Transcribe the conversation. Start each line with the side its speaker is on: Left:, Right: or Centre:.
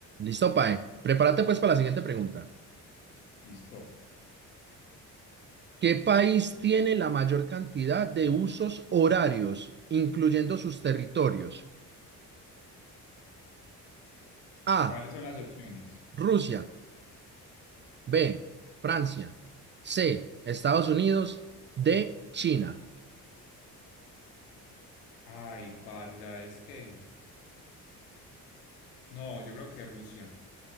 Right: Listo, Pae. Prepárate pues para la siguiente pregunta.
Left: Listo.
Right: ¿Qué país tiene la mayor cantidad de usos horarios, incluyendo sus territorios? A.
Left: ¿Cuáles son las opciones?
Right: Rusia. B. Francia. C. Estados Unidos. D. China.
Left: Ay, parce, es que... No, yo creo que Rusia.